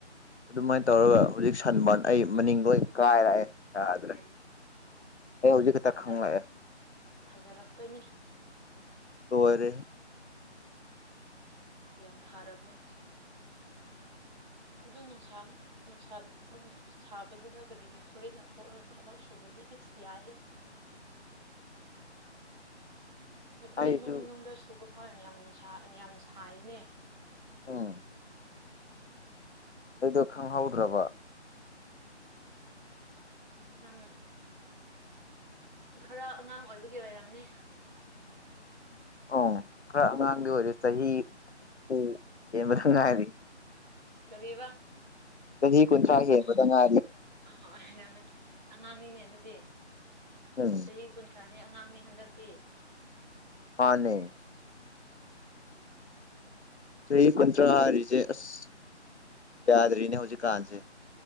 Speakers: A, on the left; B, on the right.
A: ꯑꯗꯨꯃꯥꯏꯅ ꯇꯧꯔꯒ ꯍꯧꯖꯤꯛ ꯁꯟꯕꯥꯔꯟ ꯑꯩ ꯃꯅꯤꯡ ꯂꯣꯏ ꯀꯥꯏꯔꯛꯑꯦ ꯌꯥꯗ꯭ꯔꯦ
B: ꯎꯝ
A: ꯑꯩ ꯍꯧꯖꯤꯛ ꯛꯇ
B: ꯐꯖ
A: ꯈꯪꯂꯪꯂꯛꯑꯦ
B: ꯐꯖꯔꯛꯇꯣꯏꯅꯤ
A: ꯇꯔꯦ
B: ꯌꯥꯝ ꯐꯥꯔꯕꯅꯦ <inaudible> ꯑꯗꯨ ꯅꯨꯡꯁꯥ ꯅꯨꯡꯁꯥ ꯑꯗꯨꯛ ꯁꯥꯕꯗꯨꯗ ꯀꯔꯤꯒꯤ ꯐꯨꯔꯤꯠ ꯂꯧꯊꯣꯛꯂꯒ ꯊꯕꯛ ꯁꯨꯕꯗꯤ ꯑꯩꯁ ꯌꯥꯗꯦ ꯑꯩꯈꯣꯏ
A: ꯑꯩꯁꯨ
B: ꯏꯃꯨꯡ ꯃꯅꯨꯡꯗ ꯁꯨꯕ ꯐꯥꯎꯦ ꯌꯥꯝꯅꯨꯡ ꯌꯥꯝ ꯁꯔꯤꯅꯦ
A: ꯎꯝ ꯑꯩꯗꯣ ꯈꯪꯍꯧꯗ꯭ꯔꯕ
B: ꯅꯪ ꯈꯔ ꯑꯉꯥꯡ ꯑꯣꯏꯕꯒꯤ ꯑꯣꯏꯔꯝꯅꯤ
A: ꯑꯣ ꯈꯔ ꯑꯉꯥꯡꯗꯤ ꯑꯣꯏꯔꯦ ꯆꯍꯤ ꯍꯨꯝꯐꯨ ꯍꯦꯟꯕꯗ ꯉꯥꯏꯔꯤ
B: ꯀꯔꯤꯕ
A: ꯍ ꯀꯣꯟꯟ꯭ꯔ ꯍꯥꯏ ꯃ ꯉ
B: ꯑꯥ ꯑꯣꯏꯔꯝꯃꯦ ꯑꯉꯥꯡꯅꯤꯅꯦ ꯑꯗꯨꯗꯤ
A: ꯎꯝ
B: ꯆꯍꯤ ꯀꯨꯟꯊ꯭ꯔꯥꯅꯤ ꯑꯉꯥꯡꯅꯤ ꯍꯟꯗꯛꯇꯤ
A: ꯃꯥꯅꯦ ꯆꯍꯤ ꯀꯨꯟꯊ꯭ꯔꯥ ꯍꯥꯏꯔꯤꯁꯦ ꯑꯁ ꯌꯥꯗ꯭ꯔꯤꯅꯦ ꯍꯧꯖꯤꯛꯀꯥꯟꯁꯦ